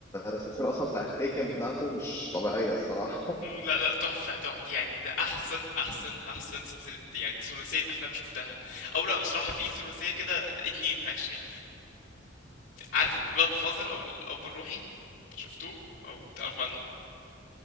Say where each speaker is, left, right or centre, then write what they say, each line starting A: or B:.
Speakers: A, on the left; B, on the left.
A: السلسلة اصلا بتاعت تيكن بتاعته مش طبيعية الصراحة
B: مم، لا لا تحفة تحفة يعني ده احسن احسن احسن سلسلة يعني ثلاثية افلام شفتها او لا بصراحة في ثلاثية كده اتنين اكشلي عارف جاد فاذر او الاب الروحي شفتوه او تعرف عنه